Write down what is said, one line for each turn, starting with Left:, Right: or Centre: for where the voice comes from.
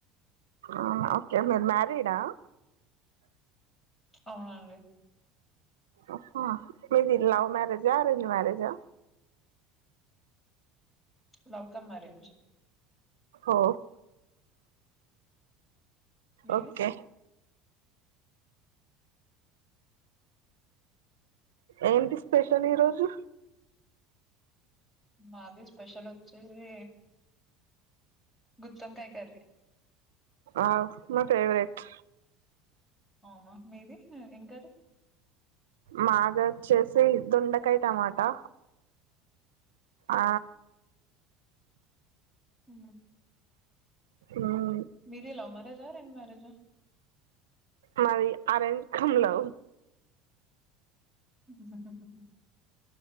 Right: అవునా ఓకే మీరు మ్యారీడా
Left: అవునండి
Right: అ అ మీది లవ్ మ్యారేజా అరెంజ్ మ్యారేజా
Left: లౌకమ్ అరేంజ్
Right: ఓ
Left: మీది
Right: ఓకే ఏంటి స్పెషల్ ఈరోజు
Left: మాది స్పెషల్ వచ్చేసి గుత్తోంకాయి కర్రీ
Right: ఆ మా ఫేవరెట్
Left: అవునా మీది ఎం గారు
Right: మాగా వచ్చేసి దొండకాయ టమాటా ఆ
Left: హ
Right: మ్మ్
Left: మీది లవ్ మ్యారేజా అరేంజ్ మ్యారేజా
Right: మాది అరేంజ్ కమ్ లవ్
Left: హ్మ్